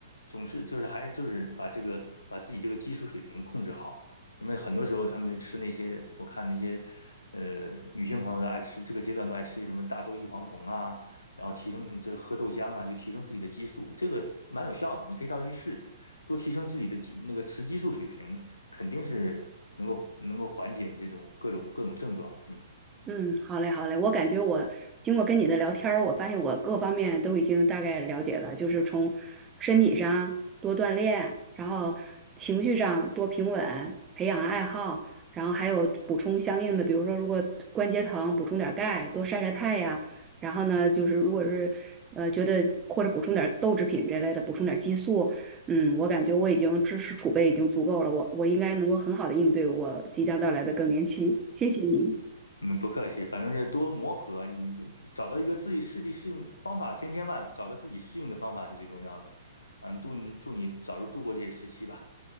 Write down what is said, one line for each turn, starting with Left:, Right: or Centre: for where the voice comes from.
Left: 总是就是还是就是把这个把自己这个激素水平控制好，因为很多时候他们就吃那些我看那些呃女性朋友都爱吃，这个阶段都爱吃一些什么大豆异黄酮啊，然后提升这喝豆浆啊，就提升自己的激素，这个蛮有效的，你可以到时候去试试。多提升自己的激那个雌激素水平，肯定是能够能够缓解你这种各种各种症状。嗯
Right: 嗯，好嘞，好嘞。我感觉我经过跟你的聊天儿，我发现我各方面都已经大概了解了，就是从身体上多锻炼，然后情绪上多平稳，培养爱好，然后还有补充相应的，比如说如果关节疼，补充点儿钙，多晒晒太阳。然后呢，就是如果是呃觉得或者补充点儿豆制品这类的，补充点儿激素。嗯，我感觉我已经知识储备已经足够了，我我应该能够很好的应对我即将到来的更年期。谢谢您。
Left: 嗯，不客气，反正就是多磨合，你这找到一个自己适地适应方法，千千万找到自己适应的方法是最重要的。嗯，祝你祝你早日度过这些时期吧。